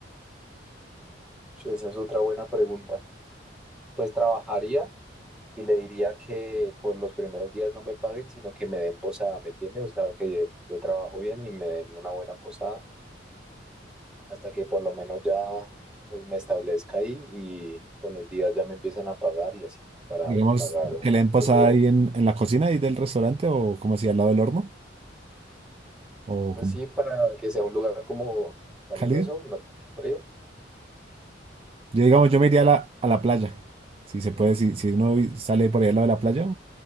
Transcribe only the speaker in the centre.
Ush, esa es otra buena pregunta. Pues trabajaría y le diría que por los primeros días no me paguen, sino que me den posada, ¿me entiende O sea, que yo, yo trabajo bien y me den una buena posada hasta que por lo menos ya pues me establezca ahí y con los días ya me empiecen a pagar y así para
pagar un,
un lugar.
Pues
sí, para que sea un lugar como caluroso,
no tan frío,
pues
sí.